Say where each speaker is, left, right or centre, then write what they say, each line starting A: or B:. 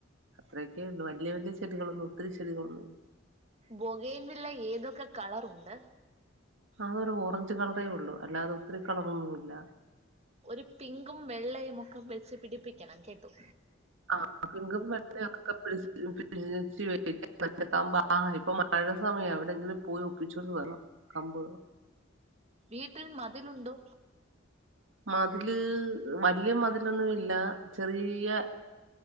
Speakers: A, on the right; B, on the right.
A: അത്രയൊക്കെ ഉള്ളു വല്യ വല്യ ചെടികളൊന്നും ഒത്തിരി ചെടികളൊന്നും
B: ബെഗയിൻവിള്ള ഏതൊക്കെ കളറുണ്ട്?
A: അതൊരു ഓറഞ്ച് കളറേ ഒള്ളു അല്ലാതെ ഒത്തിരി കളറൊന്നുല്ല.
B: ഒരു പിങ്കും വെള്ളയും ഒക്കെ വെച്ച് പിടിപ്പിക്കണം കേട്ടു
A: ആഹ്, പിങ്കും വെള്ളയും <unintelligible> ആഹ് ഇപ്പൊ മഴ സമയ എവിടെങ്കിലും പോയി ഒപ്പിച്ചുകൊണ്ട് വരണം കമ്പ്.
B: വീട്ടിൽ മതിലുണ്ടോ?
A: മതില് വല്യ മതിലൊന്നും ഇല്ല. ചെറിയ